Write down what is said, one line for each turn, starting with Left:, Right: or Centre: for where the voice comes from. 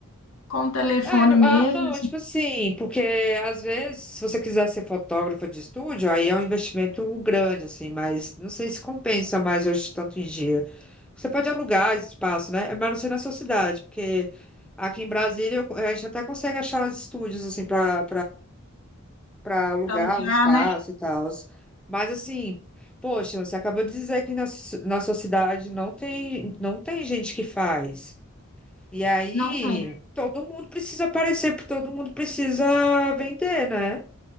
Left: com o telefone
Centre: É, não,
Left: mesmo,
Centre: ah, não, tipo assim, porque às vezes, se você quiser ser fotógrafa de estúdio, aí é um investimento grande, assim, mas não sei se compensa mais hoje, tanto em dia. Você pode alugar esse espaço, né? Mas não sei na sua cidade, porque aqui em Brasília eu- a gente até consegue achar os estúdios, assim, para para alugar
Left: para alugar,
Centre: o espaço
Left: né?
Centre: e tal. Mas assim, poxa, você acabou de dizer que na, s- na sua cidade não tem, não tem gente que faz. E aí,
Left: Não tem,
Centre: todo mundo precisa aparecer, porque todo mundo precisa vender, né?